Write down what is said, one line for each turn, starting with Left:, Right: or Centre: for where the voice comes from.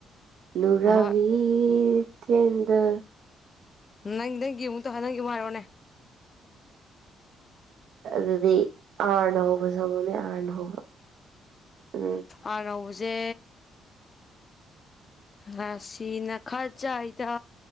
Right: ꯅꯨꯔꯕꯤ
Left: ꯑꯍꯣꯏ
Right: ꯆꯗ
Left: ꯅꯪ ꯅꯪꯒꯤ ꯑꯃꯨꯛꯛꯇꯧ ꯅꯪꯒꯤ ꯃꯥꯏꯔꯣꯅꯦ
Right: ꯑꯗꯨꯗꯤ ꯑꯥꯔꯅ ꯍꯧꯕ ꯁꯛꯂꯛꯑꯣꯅꯦ ꯑꯥꯔꯅ ꯍꯧꯕ ꯎꯝ
Left: ꯑꯥꯅꯧꯕꯁꯦ ꯔꯥꯁꯤꯅ ꯈꯔꯖꯏꯗ